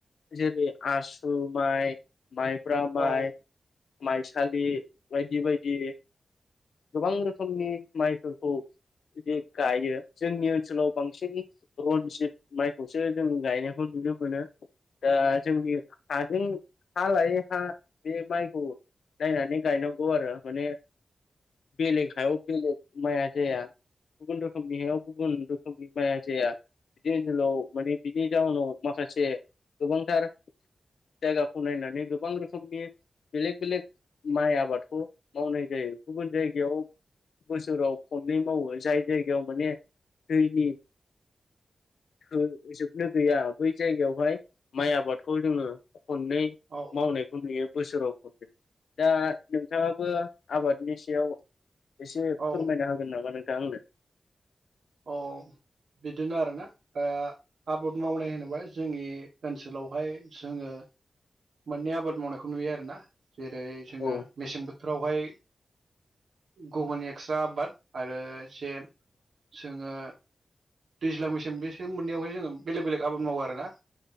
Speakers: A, on the left (about 85°); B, on the right (about 90°).
A: जेरै आससु माइ माइब्रा
B: औ
A: माइ माइसालि बायदि बायदि गोबां रोखोमनि माइफोरखौ जे गायो जोंनि ओनसोलाव बांसिन रनजित माइखौसो जों गायनायखौ नुनो मोनो दा जोंनि हाजों हा लायै हा बे माइखौ नायनानै गायनांगौ आरो माने बेलेग हायाव बेलेग माया जाया गुबुन रोखोमनियाव गुबुन रोखोमनि माया जाया बिदि ओनसोलाव माने बिनि जााहोनाव माखासे गोबांथार जायगाखौ नायनानै गोबां रोखोमनि बेलेक बेलेक माइ आबादखौ मावनाय जायो गुबुन जायगायाव बोसोराव खननै मावो जाय जायगायाव माने दैनि हो जोबनो गैया बै जायगायावहाय माइ आबादखौ जोङो खननै
B: औ
A: मावनायखौ नुयो बोसोराव खनो दा नोंथाङाबो आबादनि सायाव एसे
B: औ
A: फोरमायना
B: औ
A: होगोन नामा नोंथाङा आंनो
B: औ बिदिनो आरोना दा ओ आबाद मावनाय होनोब्ला जोंनि ओनसोलावहाय जोङो मोननै आबाद मावनायखौ नुयो आरोना जेरै जोङो
A: औ
B: मेसें बो थोरावहाय गुबुन एक्सट्रा आबाद आरो एसे जोङो दैज्लां मेसें बेसोर मोननैयावाय जोङो बेलेग बेलेग आबाद मावो आरोना